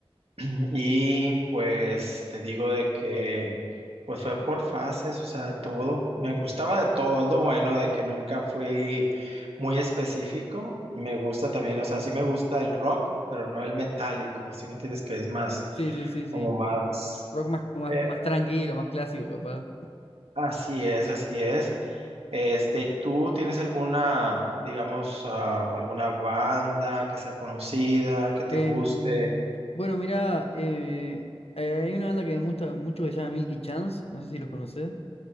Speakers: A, on the right; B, on the left.
A: <clears throat> Y pues te digo de que pues fue por fases, o sea, todo. Me gustaba de todo, es lo bueno de que nunca fui muy específico. Me gusta también, o sea, sí me gusta el rock, pero no el metálico, ¿sí me entiendes? Que es más,
B: Sí, sí, sí, sí.
A: como más,
B: Rock más, más,
A: eh,
B: más tranquilo, más clásico, capaz.
A: así es, así es. Este, ¿y ¿tú tienes alguna, digamos, ah, alguna banda que sea conocida, que te
B: Em,
A: guste?
B: bueno, mira, eh, hay una banda que me gusta mucho que se llama Milky Chance, no sé si los conoces.